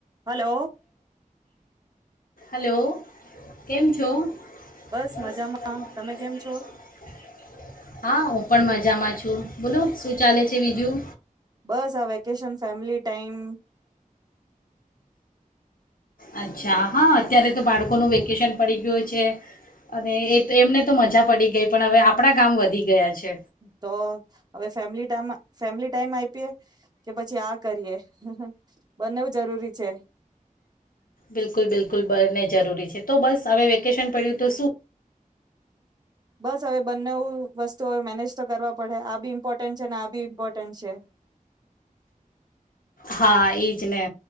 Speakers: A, on the right; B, on the left.
A: હલો.
B: હલો કેમ છો?
A: બસ
B: હા.
A: મજામાં તમે કેમ છો
B: પણ મજામાં છું બોલો શું ચાલે છે બીજું.
A: બસ. આ વેકેશન, ફેમલી ટાઈમ
B: અચ્છા હા અત્યારે તો બાળકોનું વેકેશન પડી ગયું હોય છે અને એ તો એમને તો મજા પડી ગઈ, પણ હવે આપણા કામ વધી ગયા છે.
A: તો, હવે ફેમિલી ટાઇ ફેમિલી ટાઈમ, આપીએ કે પછી આ કરીએ બંનેવ જરૂરી છે.
B: બિલકુલ બિલકુલ બને જરૂરી છે તો, બસ હવે વેકેશન પડ્યું તો શું?
A: બસ હવે બનેવ વસ્તુઓ મેનેજ તો કરવા પડે, આ બી ઇમ્પોર્ટન્ટ છે ને, આ બી ઇમ્પોર્ટન્ટ છે.
B: હા, એજ ને,